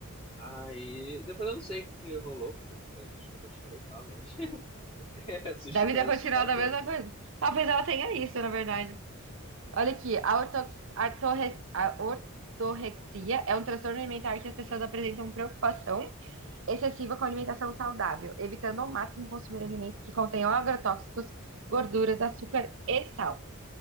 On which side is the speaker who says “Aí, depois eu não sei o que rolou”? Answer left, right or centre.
Left